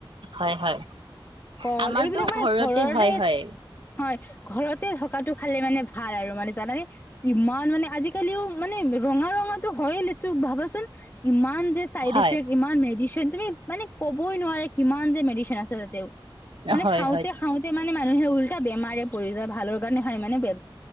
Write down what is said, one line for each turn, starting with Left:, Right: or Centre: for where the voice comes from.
Right: হয় হয়
Left: কল
Right: আমাৰতো
Left: এইবিলাক মানে
Right: ঘৰতে
Left: ঘৰৰে
Right: হয় হয়
Left: হয়, ঘৰতে থকাটো খালে মানে ভাল আৰু মানে জানানে ইমান মানে আজিকালিও মানে ৰঙা ৰঙাটো হয়ে লচু ভাবাচোন ইমান যে চাইড
Right: হয়
Left: ইফেক্ট ইমান মেজি শ্বন তুমি মানে ক'বই নোৱাৰে কিমান যে মেডিশ্বিন আছে তাতে। মানে
Right: হয়
Left: খাওঁতে
Right: হয়
Left: খাওঁতে মানে মানে মানুহে উল্টা বেমাৰে পৰি যায় ভালৰ কাৰণে হয় মানে বে